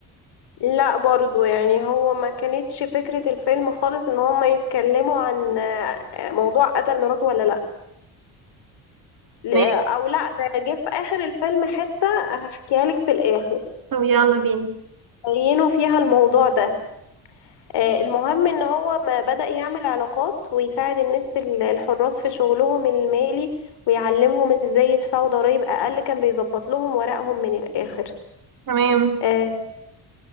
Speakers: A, on the left; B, on the right.
A: لا برضو يعني هو ما كانتش فكرة الفيلم خالص ان هما يتكلموا عن آه، موضوع قتل مراته ولا لا لا-
B: تمام
A: او لا ده جه في اخر الفيلم حتة هحكيها لك في الاخر
B: طب يلا بينا
A: بينوا فيها الموضوع ده آه، المهم ان هو ما بدأ يعمل علاقات ويساعد الناس ال- الحراس في شغلهم المالي ويعلمهم ازاي يدفعوا ضرائب اقل كان بيظبط لهم ورقهم من الاخر
B: تمام
A: آه،